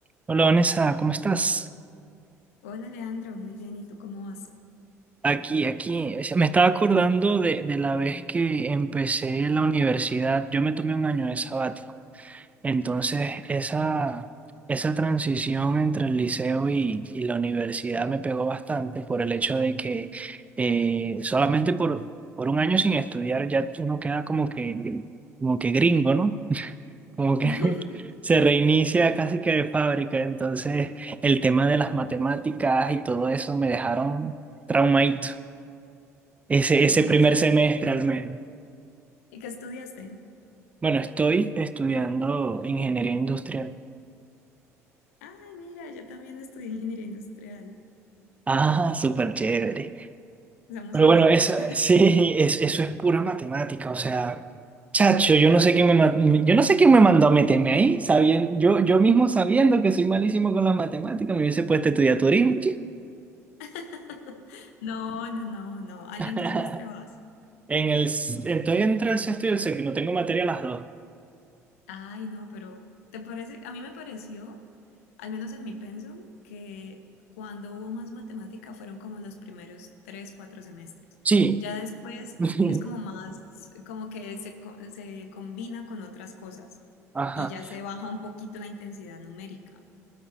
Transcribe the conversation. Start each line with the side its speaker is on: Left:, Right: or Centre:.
Right: Hola Vanessa, ¿cómo estás?
Left: Hola Leandro, muy bien, ¿y tú cómo vas?
Right: Aquí, aquí. O sea, Me estaba acordando de, de la vez que empecé la universidad. Yo me tomé un año de sabático. Entonces, esa, esa transición entre el liceo y, y la universidad me pegó bastante por el hecho de que eh, solamente por, por un año sin estudiar ya uno queda como que, como que gringo, ¿no? como que
Left: <laughs>
Right: <laughs> se reinicia casi que de fábrica. Entonces, el tema de las matemáticas y todo eso me dejaron traumadito. Ese, ese
Left: Uy,
Right: primer
Left: sí.
Right: semestre al menos.
Left: ¿Y qué estudiaste?
Right: Bueno, estoy estudiando ingeniería industrial.
Left: Ay, mira, yo también estudié ingeniería industrial.
Right: Ah, súper chévere.
Left: Somos
Right: Pero
Left: colegas.
Right: bueno, eso, <laughs> sí, es, eso es pura matemática. O sea, chacho, yo no sé quién me, ma- yo no sé quién me mandó a meterme ahí. Sabiendo, yo, yo mismo sabiendo que soy malísimo con las matemáticas, me hubiese puesto a estudiar turismo, chico.
Left: <laughs> No, no, no, no. Ay,
Right: <laughs>
Left: ¿En qué semestre vas?
Right: En el, s- estoy entre el sexto y el séptimo, tengo materia las dos.
Left: Ay, no, pero ¿te parece? A mí me pareció, al menos en mi pensum, que cuando hubo más matemática fueron como los primeros tres, cuatro semestres.
Right: Sí.
Left: Ya después
Right: <laughs>
Left: es como más, como que se, co- se combina con otras cosas
Right: Ajá.
Left: y ya se baja un poquito la intensidad numérica.